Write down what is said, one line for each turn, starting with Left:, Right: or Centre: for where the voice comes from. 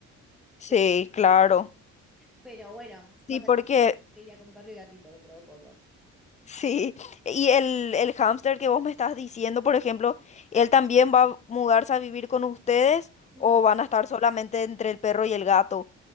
Left: sí,
Centre: pero,
Left: claro.
Centre: pero bueno,
Left: Sí,
Centre: pasaremos
Left: porque,
Centre: a ser familia con perro y gatito dentro de poco.
Left: sí. Y el, el hámster que vos me estás diciendo, por ejemplo, ¿él también va a mudarse a vivir con ustedes
Centre: No.
Left: o van a estar solamente entre el perro y el gato?